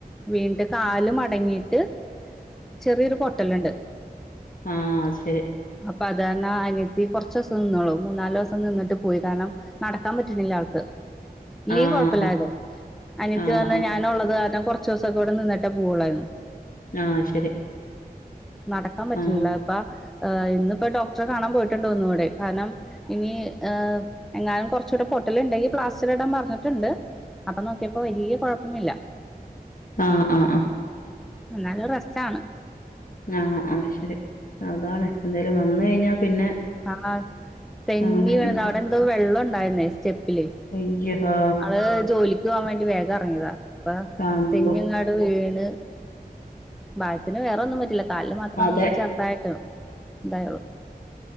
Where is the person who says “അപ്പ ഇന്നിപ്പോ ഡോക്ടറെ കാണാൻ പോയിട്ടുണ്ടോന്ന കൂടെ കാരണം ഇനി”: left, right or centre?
Centre